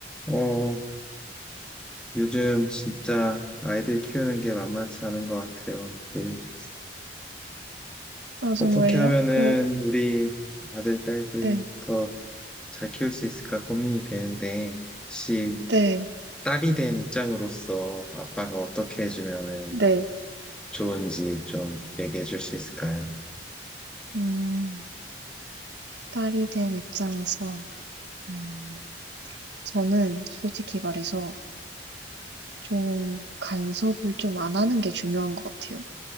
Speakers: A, in the centre; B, on the right.
A: 어, 요즘 진짜 아이들 키우는 게 만만치 않은 것 같아요. 그,
B: 아, 정말요?
A: 어떻게 하면은
B: 그,
A: 우리 아들, 딸들
B: 네,
A: 더 잘 키울 수 있을까 고민이 되는데, 혹시
B: 네,
A: 딸이 된 입장으로서 아빠가 어떻게 해주면은
B: 네.
A: 좋은지 좀 얘기해 줄 수 있을까요?
B: 음, 딸이 된 입장에서, 음, 저는 솔직히 말해서 좀 간섭을 좀 안 하는 게 중요한 것 같아요.